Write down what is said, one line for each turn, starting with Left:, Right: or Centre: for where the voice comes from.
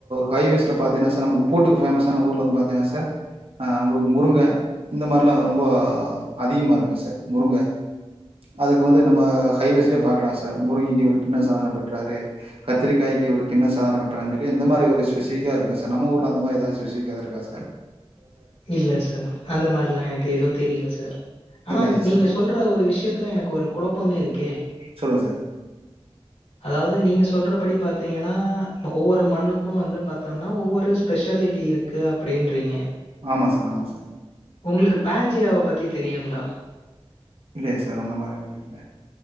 Right: ஹைவேஸ்ல பாத்தீங்னா சார் நமக்கு பூட்டுக்கு பேமஸ் ஆனா ஊர்ல இருந்து பாத்தீங்னா சார் ஆ உங்களுக்கு முருங்க இந்த மாரிலா ரொம்போ அதிகமா இருக்கு சார் முருங்க அதுக்கு வந்து நம்ம ஹைவேஸ்லயே பாக்கலா சார் முருங்கைக்கி இவரு கின்னஸ் சாதன பெற்றாரு கத்திரிக்காயிக்கி இவரு கின்னஸ் சாதன பெற்றாருன்னு சொல்லி இந்த மாரி ஒரு ஸ்பெசிபிக்கா இருக்கு சார் நம்ம ஊர்ல அந்த மாரி எதாவது ஸ்பெசிபிக்கா எதா இருக்கா சா
Left: இல்ல சார் அந்த மாரில்லா எனக்கு எதுவு தெரில சார் ஆனா
Right: இல்லையே
Left: நீங்க
Right: சார்
Left: சொல் ற ஒரு விஷ்யத்துல எனக்கு ஒரு கொழப்பமே இருக்கே
Right: சொல்லுங்க சார்
Left: அதாவது நீங்க சொல்றபடி பாத்தீங்கனா ஒவ்வொரு மண்ணுக்கு வந்து பாத்தோம்னா ஒவ்வொரு ஸ்பெஷ லிட்டி இருக்கு அப்டின்றீங்க
Right: ஆமா சார் ஆமா சார்
Left: உங்ளுக்கு பேஞ்சியாவ பத்தி தெரியுங்ளா
Right: இல்லியே சார் அந்த மாரி ஒண்ணு இல்ல